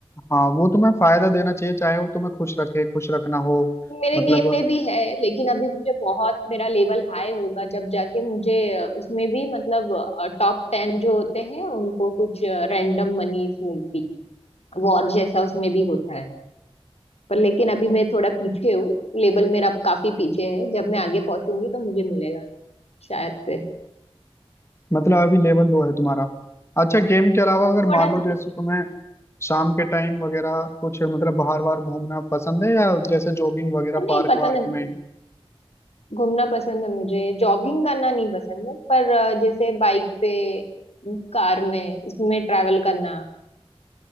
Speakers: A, on the left; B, on the left.
A: हाँ वो तुम्हें फायदा देना चाहिए चाहे वो तुम्हें खुश रखे खुश रखना हो
B: मेरे
A: मतलब
B: गेम में भी है लेकिन अभी मुझे बहुत मेरा लेवल हाई होगा जब जाके मुझे अ, उसमें भी मतलब टॉप टेन जो होते हैं उनको कुछ रैंडम मनीज मिलती वॉर जैसा उसमें भी होता है पर लेकिन अभी मैं थोड़ा पीछे हूँ लेवल मेरा अब काफी पीछे है जब मैं आगे पहुंचूंगी तो मुझे मिलेगा शायद से
A: मतलब अभी लेवल लो है तुम्हारा अच्छा गेम के अलावा अगर
B: थोड़ा
A: मान
B: सा
A: लो
B: पीछे
A: जैसे तुम्हें शाम के टाइम वगैरह कुछ मतलब बाहर बाहर घूमना पसंद है या जैसे जॉगिंग वगैरह
B: पर नहीं
A: पार्क
B: पसंद
A: वार्क
B: है मुझे
A: में
B: घूमना पसंद है मुझे जॉगिंग करना नहीं पसंद है पर अ, जैसे बाइक पे कार में इसमें ट्रैवल करना